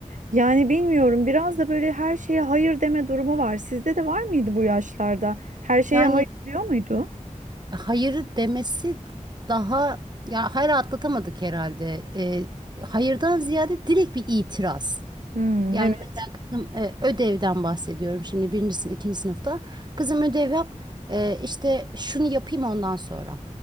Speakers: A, on the right; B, on the right.
A: Yani bilmiyorum biraz da böyle her şeye hayır deme durumu var. Sizde de var mıydı bu yaşlarda? Her şeye
B: Yani
A: hayır diyor muydu?
B: hayırı demesi daha ya hayır atlatamadık herhalde. E, hayırdan ziyade direkt bir itiraz.
A: Hmm,
B: Yani
A: evet.
B: mesela kızım e, ödevden bahsediyorum şimdi birinci sınıf, ikinci sınıfta. Kızım ödev yap e, işte şunu yapayım ondan sonra.